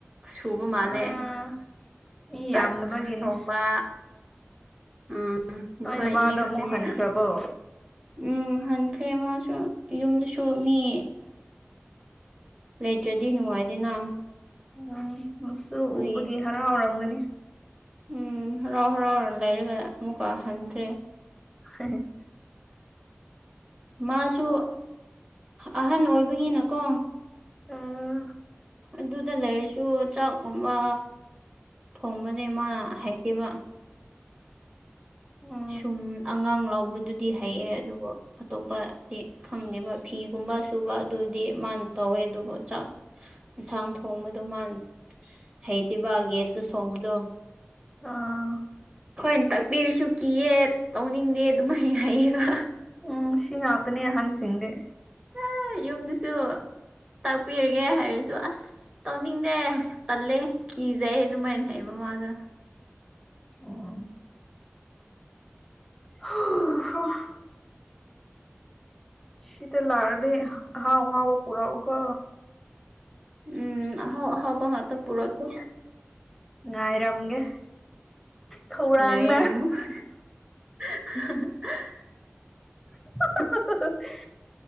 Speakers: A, on the right; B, in the centre.
A: ꯁꯨꯕ ꯃꯥꯜꯂꯦ
B: ꯑꯥ ꯃꯤ
A: ꯆꯥꯛ
B: ꯌꯥꯝꯗꯕꯒꯤꯅꯦ
A: ꯁꯣꯡꯕ ꯎꯝ ꯎꯝ
B: ꯅꯣꯏ
A: ꯈꯣꯏꯅꯤ
B: ꯅꯃꯥꯗꯣ
A: ꯈꯛꯇꯅꯤꯅ
B: ꯑꯃꯨꯛ ꯍꯟꯈ꯭ꯔꯕꯣ
A: ꯎꯝ ꯍꯟꯈ꯭ꯔꯦ ꯃꯥꯁꯨ ꯌꯨꯝꯗꯁꯨ ꯃꯤ ꯂꯩꯇ꯭ꯔꯗꯤ ꯅꯨꯡꯉꯥꯏꯗꯦꯅ
B: ꯎꯝ ꯃꯁꯨ
A: ꯀꯨꯏ
B: ꯎꯕꯒꯤ ꯍꯔꯥꯎꯔꯝꯒꯅꯤ
A: ꯎꯝ ꯍꯔꯥꯎ ꯍꯔꯥꯎꯔ ꯂꯩꯔꯒ ꯑꯃꯨꯛꯀ ꯍꯟꯈ꯭ꯔꯦ
B: <unintelligible>
A: ꯃꯥꯁꯨ ꯑꯍꯟ ꯑꯣꯏꯕꯒꯤꯅꯀꯣ
B: ꯑꯥ
A: ꯑꯗꯨꯗ ꯂꯩꯔꯁꯨ ꯆꯥꯛꯀꯨꯝꯕ ꯊꯣꯡꯕꯅꯦ ꯃꯥ ꯍꯥꯏꯇꯦꯕ
B: ꯎꯝ
A: ꯁꯨꯝ ꯑꯉꯥꯡ ꯂꯧꯕꯗꯨꯗꯤ ꯍꯩꯌꯦ ꯑꯗꯨꯕꯨ ꯑꯇꯣꯞꯄꯗꯤ ꯈꯪꯗꯦꯕ ꯐꯤꯒꯨꯝꯕ ꯁꯨꯕ ꯑꯗꯨꯗꯤ ꯃꯥꯅ ꯇꯧꯋꯦ ꯑꯗꯨꯕꯨ ꯆꯥꯛ ꯌꯦꯟꯁꯥꯡ ꯊꯣꯡꯕꯗꯣ ꯃꯥ ꯍꯩꯇꯕ ꯒꯦꯌꯥꯁꯇꯨ ꯁꯣꯡꯕꯗꯣ
B: ꯑꯥ
A: ꯈꯣꯏꯅ ꯇꯥꯛꯄꯤꯔꯁꯨ ꯀꯤꯌꯦ ꯇꯧꯅꯤꯡꯗꯦ ꯑꯗꯨꯃꯥꯏꯅ ꯍꯥꯏꯌꯦꯕ
B: ꯎꯝ ꯁꯤ ꯉꯥꯛꯄꯅꯦ ꯑꯍꯟꯁꯤꯡꯗꯤ
A: ꯍꯥ ꯌꯨꯝꯗꯁꯨ ꯇꯥꯛꯄꯤꯔꯒꯦ ꯍꯥꯏꯔꯁꯨ ꯑꯁ ꯑꯁ ꯇꯧꯅꯤꯡꯗꯦ ꯄꯜꯂꯦ ꯀꯤꯖꯩ ꯑꯗꯨꯃꯥꯏꯅ ꯍꯥꯏꯕ ꯃꯥꯗꯣ
B: ꯎꯝ <unintelligible> ꯁꯤꯇ ꯂꯥꯛꯑꯗꯤ ꯑꯍꯥꯎ ꯑꯍꯥꯎꯕ ꯄꯨꯔꯛꯎ ꯀꯣ
A: ꯎꯝ ꯑꯍꯥꯎ ꯑꯍꯥꯎꯕ ꯉꯥꯠꯇ ꯄꯨꯔꯛꯀꯦ
B: ꯉꯥꯏꯔꯝꯒꯦ ꯈꯧꯔꯥꯡꯅ
A: ꯉꯥꯏꯔꯝꯃꯨ <inaudible>
B: <unintelligible>